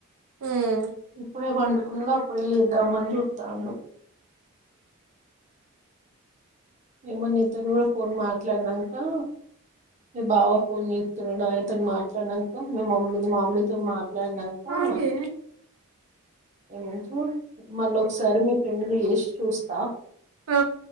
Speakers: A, on the right; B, on the right.
A: ఉమ్
B: ఇప్పుడే పండుకున్నడు అప్పుడే లేద్దామని చూత్తాండు. ఏమో నీతోను గూడ ఫోన్ మా ట్లానంకా మీ బావ ఫోన్ చేత్తున్నడు ఆయనతోని మాట్లాడ్నన్ కా మి మమ్మీదొ మా అమ్మీతో మాట్లాడ్ నంకా
A: ఆగే
B: ఏమన్టరు మళ్ళ ఒకసారి మీ ఫ్రెండ్ కు చేసి చూస్తా
A: ఆ